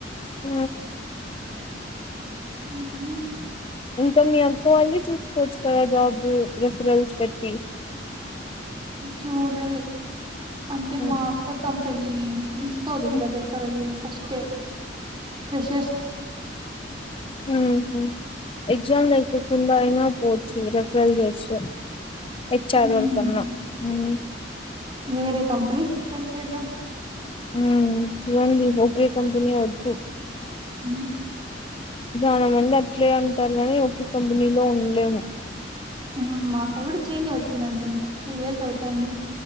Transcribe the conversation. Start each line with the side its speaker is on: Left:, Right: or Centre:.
Left: ఆ
Right: మ్మ్
Left: ఇంకా మీ అక్క వాళ్ళని చూస్త కొచ <unintelligible> జాబ్ రెఫరల్స్ పెట్టి
Right: చూడాలి అంటే
Left: హ్మ్.
Right: మా అక్క త పని ఇస్కోది ఇట్లా
Left: హ్మ్.
Right: చెప్పేరేం అస్తే ఫ్రెషస్
Left: ఆహ ఎగ్జామ్ లేకోకుండా అయినా పోవచ్చు రెఫరల్ చేస్తే. హెచ్చారు
Right: మ్మ్.
Left: వాళ్ళు కొనను ఊమ్
Right: వేరే కంపనీస్ కి ట్రై చేద్దాం.
Left: ఉ చరం ఒబరి కంపెనీ వద్దు
Right: మ్మ్.
Left: చాలా మంది అట్లే ఉంటారు కాని ఒకే కంపెనీలో ఉండలేము
Right: ఊమ్ మా అక్క కూడా చేంజ్ అవుతుంది అనుకుంటా టూ ఇయర్స్ అవుతుంది.